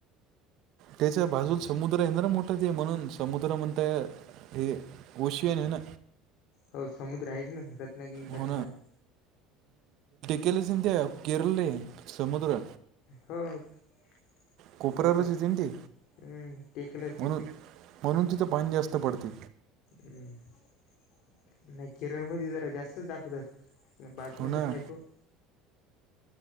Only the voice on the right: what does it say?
त्याच्या बाजून समुद्र हंद्र मोठात आहे म्हणून समुद्र म्हणताय ते कशहीने ना
हो
केले सिंध्या केरले समुद्र
कोपऱ्यावरच येते ना ते
म्हणून
म्हणून तिथं पाणी जास्त पडते
हो ना